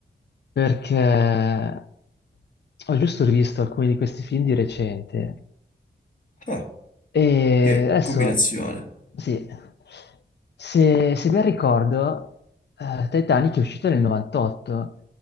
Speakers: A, on the left; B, on the left.
A: perché ho giusto rivisto alcuni di questi film di recente
B: Ah,
A: E
B: che
A: adesso,
B: combinazione.
A: sì, se, se ben ricordo, eh, Titanic è uscito nel 98.